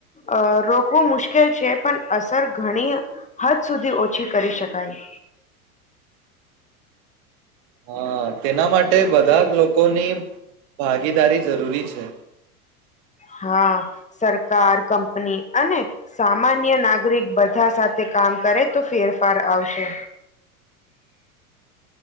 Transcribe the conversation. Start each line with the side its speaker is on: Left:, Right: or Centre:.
Left: અ રોકવું મુશ્કેલ છે પણ અસર ઘણી હદ સુધી ઓછી કરી શકાય
Right: હા તેના માટે બધા લોકોની ભાગીદારી જરૂરી છે
Left: હા સરકાર કંપની અને સામાન્ય નાગરિક બધા સાથે કામ કરે તો ફેરફાર આવશે